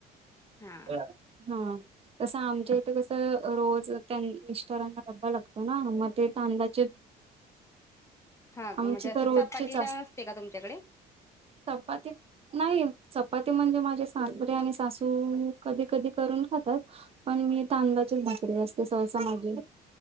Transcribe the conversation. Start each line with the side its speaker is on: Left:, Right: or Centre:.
Left: हा
Right: <unintelligible> हम. तसं आमच्या इथ कस रोज तेन मिषरांना ब्बा लागतो ना मग ते तांदा
Left: हा म्हणजे
Right: आमची
Left: असं
Right: तर रोजचीच
Left: चपाती असते का तुमच्याकडे.
Right: संपती. नाही चपाती म्हणजे माझे सातपरे आणि सासू कधी कधी करून खातात. पण मी तांददाळाचीच भाकरी असते सहसा माझी